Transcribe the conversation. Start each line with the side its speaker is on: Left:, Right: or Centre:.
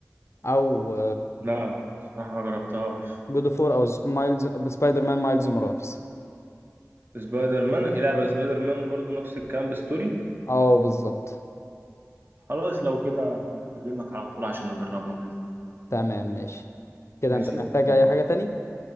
Left: او
Right: لا صراحه ما جربتهاش
Left: جود اوف وور او مايلز سبايدر مان مايلز مورالز
Right: سبايدر مان في لعبه سبايدر مان برضه نفس الكلام بستوري
Left: اه بالظبط
Right: خلاص لو كده اكلمك على طول عشان اجربها باذن الله
Left: تمام ماشي كده
Right: ماشي
Left: انت محتاج
Right: يلا
Left: اي حاجه تاني